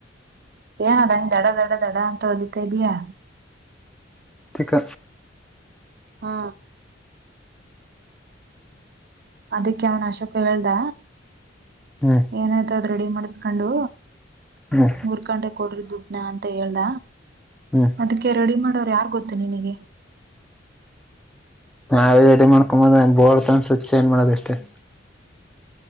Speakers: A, on the right; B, in the centre.
A: ಏನದು ದಡ ದಡ ದಡ ಅಂತ ಅಲಿತಾ ಇದಿಯಾ.
B: ತಿಕ್ಕ
A: ಹಾ ಅದಕ್ಕೆ ಅವನ್ ಅಶೋಕ್ ಹೇಳ್ದ.
B: ಹ್ಮ್
A: ಏನಾಯ್ತೋ ಅದು ರೆಡಿ ಮಾಡಿಸ್ಕೊಂಡು,
B: ಹ್ಮ
A: ಮುರ್ಕೊಂಡೆ ಕೊಡ್ರಿ ದುಡ್ನ ಅಂತ ಹೇಳ್ದ.
B: ಹ್ಮ್
A: ಅದಕ್ಕೆ ರೆಡಿ ಮಾಡೋರು ಯಾರು ಗೊತ್ತ ನಿನಗೆ,
B: ನಾವ ರೆಡಿ ಮಾಡ್ಕೊಂಬೋದ ಬೋರ್ತ ಅನ್ ಸ್ವಚ್ ಏಜ್ ಮಾಡೋದ ಅಷ್ಟೇ <unintelligible>